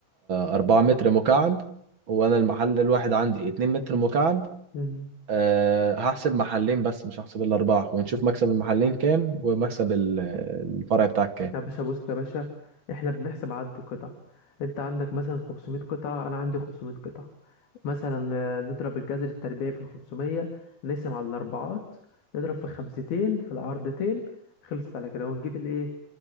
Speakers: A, on the right (about 35°); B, on the left (about 65°).
A: آه، أربعة متر مكعب وأنا المحل الواحد عندي اتنين متر مكعب
B: <laughs>
A: أه هحسب محلين بس مش هحسب الأربعة ونشوف مكسب المحلين كام ومكسب ال- الفرع بتاعك كام
B: يا باشا بص يا باشا احنا بنحسب عدد القطع انت عندك مثلا 500 قطعة انا عندي 500 قطعة مثلا آه، نضرب الجذر التربيعي في ال 500 نقسم على الاربعات نضرب في خمستين في العرضتين خلصت على كده ونجيب الايه